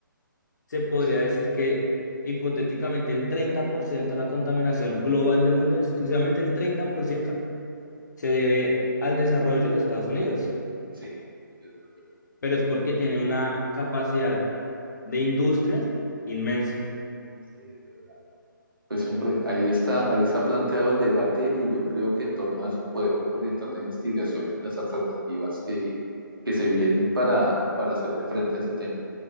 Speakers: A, on the left; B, on the right.
A: se podría
B: Sí,
A: decir que hipotéticamente el 30% de la contaminación global del mundo, exclusivamente el 30% se debe al desarrollo de Estados Unidos,
B: sí, es verdad.
A: pero es porque tiene una capacidad de industrias inmensa.
B: sí, Pues hombre, ahí está, ahí está planteado el debate y yo creo que en torno a eso podemos orientar la investigación y las alternativas que, que se vienen para, para hacerle frente a ese tema.